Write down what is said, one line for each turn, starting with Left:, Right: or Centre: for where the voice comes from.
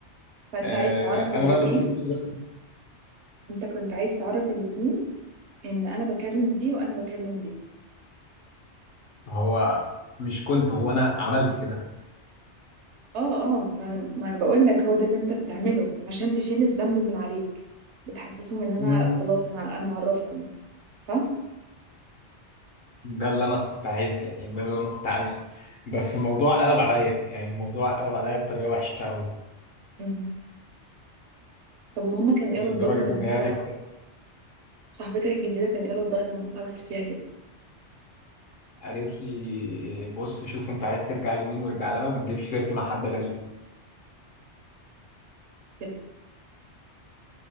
Right: فانت
Left: آه
Right: عايز تعرف الاتنين
Left: أنا بقى اللي كنت باخد وقت-
Right: انت كنت عايز تعرف الاتنين ان انا بكلم دي وانا بكلم دي
Left: هو مش كنت هو أنا عملت
Right: اه اه ما انا ما انا بقول لك هو ده اللي انت بتعمله عشان تشيل الذنب من عليك بتحسسهم ان انا
Left: كده
Right: خلاص انا انا معرفكم صح
Left: ده اللي انا كنت عايز يعني ده اللي انا كنت عايزه بس الموضوع قلب عليا يعني الموضوع قلب عليا بطريقه وحشه قوي
Right: مم. طب وهما كان ايه
Left: لدرجه
Right: ردهم لما
Left: ان هي
Right: انت
Left: دي خلاص
Right: صاحبتك الجديده كان ايه ردها لما انت عملت فيها كده
Left: قالت لي بص شوف انت عايز ترجع لمين وارجع لها وما تجيبش سيرتي مع حد غريب
Right: كده